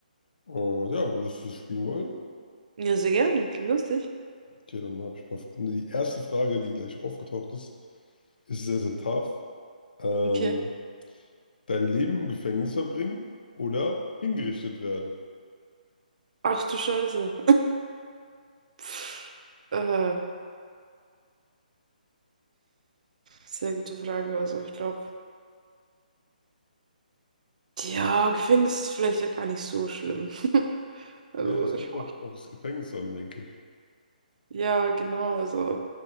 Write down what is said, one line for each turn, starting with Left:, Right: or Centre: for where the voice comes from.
Left: Und ja, würdest du das spielen wollen?
Right: Ja, sehr gerne. Klingt lustig.
Left: Okay, dann habe ich ein paar, F- die erste Frage, die gleich aufgetaucht ist, ist sehr, sehr tough. Ähm,
Right: Okay.
Left: dein Leben im Gefängnis verbringen oder hingerichtet werden?
Right: Ach du Scheiße. Pff, äh, sehr gute Frage. Also ich glaube, ja, Gefängnis ist vielleicht ja gar nicht so schlimm. <laughs> Also
Left: Ja, es kommt
Right: ich
Left: auch auf das Gefängnis an, denke ich.
Right: Ja, genau. Also,